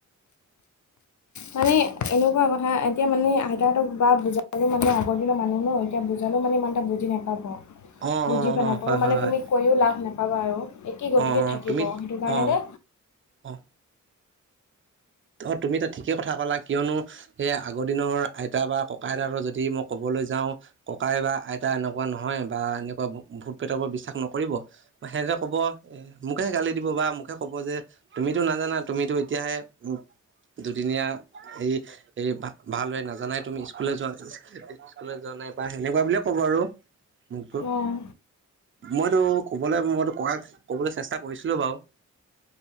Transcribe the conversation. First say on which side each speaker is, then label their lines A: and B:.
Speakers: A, on the left; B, on the right.
A: মানে এনেকুৱা কথা এতিয়া মানে আইতাহতক বা বুজালে মানে আগৰ দিনৰ মানুহ ন' এতিয়া বুজালেও মানে ইমান এটা বুজি নাপাব,
B: অ
A: বুজি
B: অ অ
A: নাপাব,
B: হয় হয়
A: মানে
B: হয়
A: তুমি কৈও লাভ নাপাবা আৰু। একেই গতিকে
B: অ অ
A: থাকিব,
B: তুমি
A: সেইটো কাৰণে
B: অ অ
A: যে
B: অ অ', তুমি ঠিকেই কথা ক'লা, কিয়নো সেই আগৰ দিনৰ আইতা বা ককা আইতাৰ হঁতৰ যদি মই ক'বলৈ যাওঁ ককাই বা আইতা এনেকুৱা নহয়, বা এনেকুৱা ভোত প্ৰেটৰ বিশ্বাস নকৰিব। সিহঁতে ক'ব এ মোকহে গালি দিব, বা মোকে ক'ব যে, তুমিতো নাজানা তুমিতো এতিয়াহে উ, দুদিনীয়া এই সেই ভ-ভাল হয়, নাজানাই তুমি স্কুলে যোৱা স্কুলে যোৱা নাই, বা সেনেকুৱা বুলিয়ে ক'ব আৰু। মোকত,
A: অঁ
B: মইতো ক'বলৈ মইতো ককাক ক'বলে চেষ্টা কৰিছিলো বাৰু।